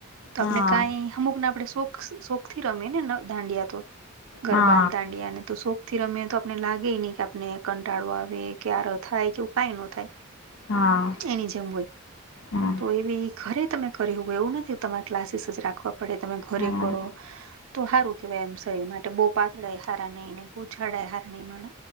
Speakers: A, on the right; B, on the left.
A: તો
B: હા
A: આપને કઈ અમુકને આપણે શોખ શોખ થી રમીએ ને દાંડિયા તો ગરબા
B: હા
A: દાંડિયાને તો શોખ થી રમે્યા તો આપને લાગે નહી કે આપને કંટાળો આવે ક્યારે થાય કેવું કઈ ન થાય
B: હા
A: એની જેમ હોય
B: હા
A: તો એવી ઘરે તમે કર હો હોય એવું નથી તમારે ક્લાસીસ જ રાખવા પડે તમે ઘરે
B: હા
A: કરો તો સારું કેવાય એમ શરીર માટે બહુ પાતળા હારા નહી બહછાડાય હારણીમાં